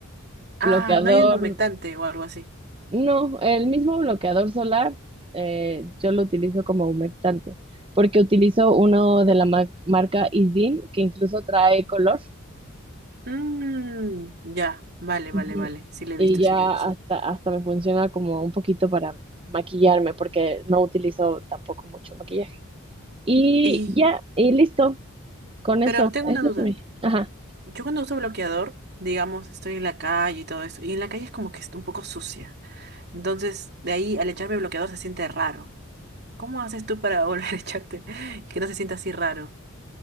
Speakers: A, on the right; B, on the right.
A: Ah,
B: Bloqueador
A: no hay un humectante o algo así.
B: No, el mismo bloqueador solar eh, yo lo utilizo como humectante, porque utilizo uno de la ma- marca Isdin, que incluso trae color,
A: Mmm, ya, vale,
B: Ujú.
A: vale, vale. Sí le
B: y
A: he visto, sí
B: ya
A: le he visto.
B: hasta, hasta me funciona como un poquito para maquillarme, porque no utilizo tampoco mucho maquillaje. Y
A: Y,
B: ya, y listo, con
A: pero
B: eso.
A: tengo
B: Ese
A: una duda.
B: es mi- Ajá.
A: Yo cuando uso bloqueador, digamos, estoy en la calle y todo eso, y en la calle es como que está un poco sucia. Entonces, de ahí al echarme bloqueador se siente raro. ¿Cómo haces tú para <laughs> volver a echarte y que no se sienta así raro?